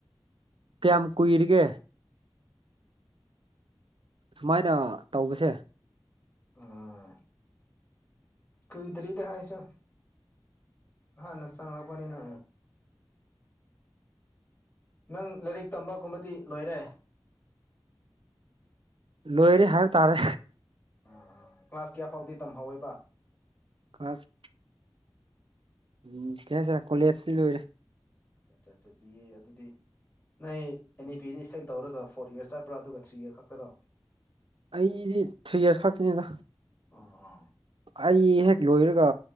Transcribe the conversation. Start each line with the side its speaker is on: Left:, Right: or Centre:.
Right: ꯀꯌꯥꯝ ꯀꯨꯏꯔꯒꯦ ꯁꯨꯃꯥꯏꯅ ꯇꯧꯕꯁꯦ
Left: ꯑ ꯀꯏꯗꯔꯤꯗ ꯍꯥꯏꯁꯣ ꯍꯥꯟ ꯅ ꯆꯥꯡꯒꯂ ꯄꯅꯤꯅ ꯅꯪ ꯂꯥꯏꯔꯤꯛ ꯇꯝꯕꯒꯨꯝꯕꯗꯤ ꯂꯣꯏꯔꯦ
Right: ꯂꯣꯏꯔꯦ ꯍꯥꯏꯕ ꯇꯥꯔꯦ
Left: ꯎꯝ ꯀ꯭ꯂꯥꯁ ꯀꯌꯥ ꯐꯥꯎꯗꯤ ꯇꯝꯍꯧꯋꯦꯕ
Right: ꯈꯁ ꯎꯝ ꯀꯤꯁꯔꯦ ꯀꯣꯂꯦꯖꯇꯤ ꯂꯣꯏꯔꯦ
Left: ꯆꯠ ꯆꯠ ꯆꯠꯕꯤꯌꯦ ꯑꯗꯨꯗꯤ ꯅꯩ ꯑꯦꯟ ꯏ ꯄꯤꯗ ꯏꯐꯦꯛ ꯇꯧꯔꯒ ꯐꯣꯔ ꯌꯔ ꯆꯠꯄ꯭ꯔꯥ ꯑꯗꯨꯒ ꯊ꯭ꯔꯤꯌꯔ ꯈꯛꯇꯔꯣ
Right: ꯑꯩꯗꯤ ꯊ꯭ꯔꯤ ꯌꯔꯁ ꯈꯛꯇꯅꯤꯗ
Left: ꯑ ꯑꯥ
Right: ꯑꯩ ꯍꯦꯛ ꯂꯣꯏꯔꯒ